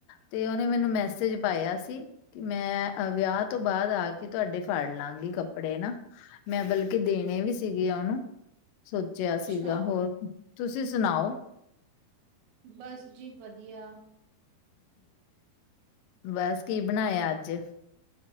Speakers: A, on the left (about 80°); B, on the right (about 75°).
A: ਤੇ ਓਨੇ ਮੈਨੂੰ ਮੈਸੇਜ ਪਾਏਆ ਸੀ, ਕਿ ਮੈਂ ਅ ਵੇਆ ਤੋਂ ਬਾਦ ਆ ਕੇ ਤੂਆਡੇ ਫਾੜ ਲਾਂਗੀ ਕੱਪੜੇ ਨਾ, ਮੈਂ ਬਲਕਿ ਦੇਣੇ ਵੀ ਸੀਗੇ ਓਨੂੰ ਸੋਚੇਆ
B: ਅੱਛਾ
A: ਸੀਗਾ, ਹੋਰ ਤੂਸੀ ਸੁਨਾਓ?
B: ਬੱਸ ਜੀ ਵਦੀਆ।
A: ਬੱਸ, ਕੀ ਬਨਾਏਆ ਅੱਜ?